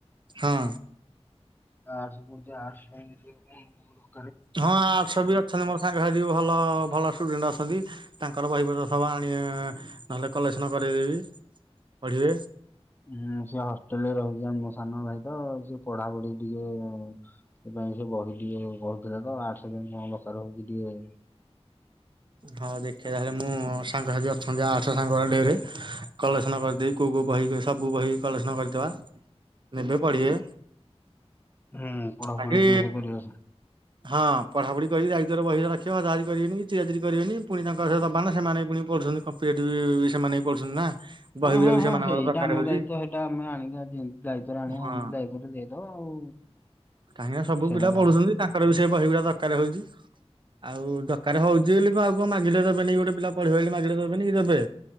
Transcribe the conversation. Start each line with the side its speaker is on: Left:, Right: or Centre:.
Right: ହଁ।
Left: ଆର୍ଟ୍ସ ପଢୁଛି <unintelligible>
Right: ହଁ ଆର୍ଟସ ବି ଅଛନ୍ତି ମୋର ସାଙ୍ଗ ସାଥୀ ଭଲ ଭଲ ଷ୍ଟୁଡେଣ୍ଟ ଅଛନ୍ତି। ତାଙ୍କର ବହିପତ୍ର ସବ ଆଣି ନହେଲେ କଲେକ୍ସନ କରଇଦେବି ପଢିବେ।
Left: ହୁଁ ସେ ହଷ୍ଟେଲରେ ରହୁଛି ମୋ ସାନ ଭାଇ ତ ସେ ପଢାପଢି ଟିକେ ସେଥିପାଇ ସେ ବହି ଟିକେ କହୁଥିଲା ତ ଆର୍ଟ୍ସ ପାଇଁ କଣ ଦରକାର ହଉଛି ଟିକେ
Right: ହଁ ଦେଖିବା ତାହେଲେ ମୁଁ ସାଙ୍ଗସାଥି ଅଛନ୍ତି ଆର୍ଟ୍ସ ସାଙ୍ଗ ଢେରେ କଲେକ୍ସନ କରିଦେବି କୋଉ କୋଉ ବହି ସବୁ ବହି କଲେକ୍ସନ କରିଦେବା ନେବେ ପଢିବେ।
Left: ହୁଁ। ପଢାପଢି
Right: ବାକି
Left: ଟିକେ ସେ କରିବା
Right: ହଁ ପଢାପଢି କରିିକି ଦାୟିତ୍ୱରେ ବହିରା ରଖିବ। ହଜାହଜି କରିବେନି କି ଚିରାଚିରି କରିବେନି ପୁଣି ତାଙ୍କ ପାଖରେ ଦେବାନା ସେମାନେ ପୁଣି ପଢୁଛନ୍ତି କମ୍ପିଟେଟିଭ ସେମାନେ ବି ପଢୁଛନ୍ତି ନା ବହିଗୁରା
Left: ହଁ ହଁ
Right: ବି ସେମାନଙ୍କର
Left: ହଁ ସେଇଟା
Right: ଦରକାର
Left: ଆମ
Right: ହଉଛି
Left: ଦାୟିତ୍ୱ ସେଇଟା ଆମେ ଆଣିକି ଯେମତି ଦାୟିତ୍ଵରେ ଆଣିବା
Right: ହଁ
Left: ହେମିତି ଦାୟିତ୍ୱରେ ଦେଇ ତ ଆଉ।
Right: କାହିଁକିନା ସବୁ
Left: ସେରା
Right: ପିଲା ପଢୁଛନ୍ତି
Left: ଆଉ
Right: ତାଙ୍କର ବି ସେ ବହିିଗୁଡା ଦରକାର ହୋଉଛି। ଆଉ ଦରକାର ହୋଉଛି ବୋଲି ଆଉ କଣ ମାଗିଲେ ଦେବେନିକି ଗୋଟେ ପିଲା ପଢ଼ିବାକୁ ମାଗିଲେ ଦେବେନି କି ଦେବେ।